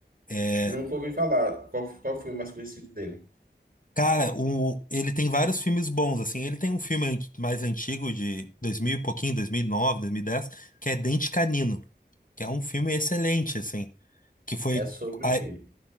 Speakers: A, on the left; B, on the right.
A: eh,
B: Nunca ouvi falar. Qual, qual o filme mais conhecido dele?
A: Cara, o, ele tem vários filmes bons, assim. Ele tem um filme anti- mais antigo, de 2000 e pouquinho, 2009, dez que é Dente Canino, que é um filme excelente, assim. Que foi
B: É sobre
A: a-
B: o quê?